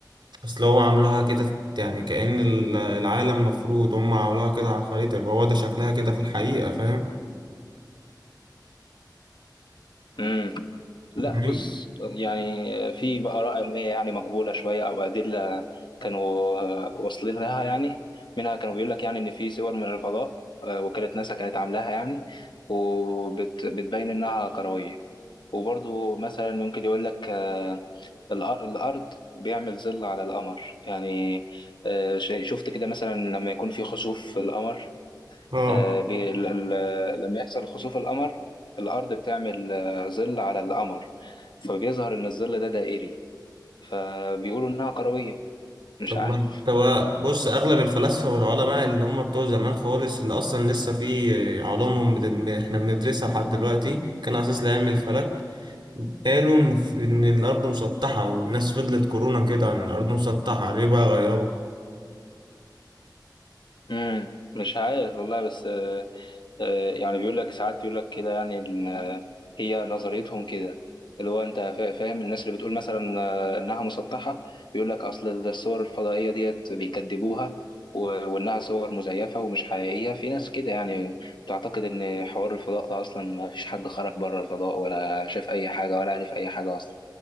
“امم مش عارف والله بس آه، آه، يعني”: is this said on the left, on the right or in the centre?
Left